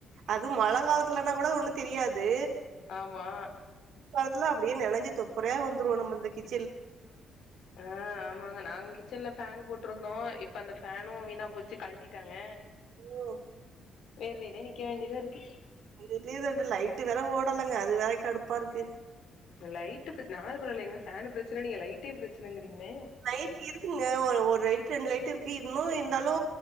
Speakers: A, on the right; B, on the left.
A: அது மழ காலத்துலனா கூட ஒண்ணு தெரியாது
B: ஆமா
A: காலத்துல அப்புடே நெனஞ்சி தொப்பறையா வந்துரு நம்மந்து கிச்
B: ஆ ஆம் ஆமாங்க நாங் கிச்சனல ஃபேனு போட்ருந்தோ இப் அந்த ஃபேனு வீணா போச்சு கழ்ட்டிட்டாங்க
A: ம்.
B: வேர்வைனே நிக்க வேண்டிய்தா இருக்கு
A: இட்லி தட்டு லைட்டு வேற ஓடலங்க அது வேற கடுப்பாருக்கு
B: லைட்டுக்கு நாலு பரவாலைங்க ஃபேனு ப்ரச்சன நீங்க லைட்டே ப்ரச்சனங்கிறீங்ளே
A: லைட் இருக்குங்க ஓரு ஒர் லைட் ரெண்டு லைட் இருக்கு இன்னு இருந்தாலு